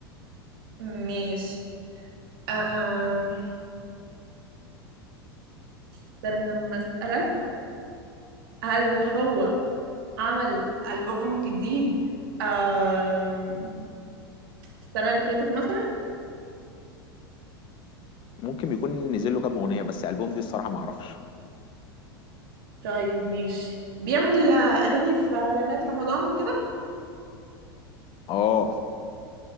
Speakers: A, on the right (about 65°); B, on the left (about 40°).
A: ماشي آه، استنى لما اسألك هل هو عمل ألبوم جديد آم، السنة اللي فاتت مثلا
B: ممكن يكون نزل له كام اغنيه بس البوم دي الصراحه ما اعرفش
A: طيب ماشي بيعمل آه، أغاني في إعلانات رمضان وكده
B: اه